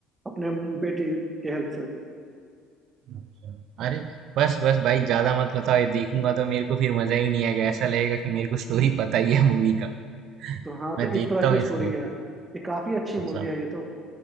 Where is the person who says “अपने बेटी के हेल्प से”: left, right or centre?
Right